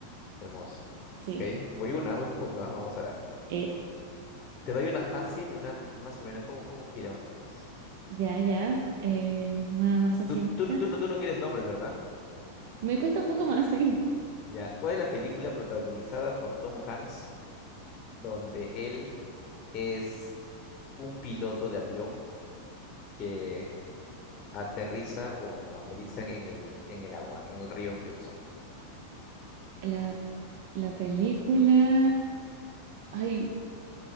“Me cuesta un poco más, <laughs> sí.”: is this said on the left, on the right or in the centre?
Right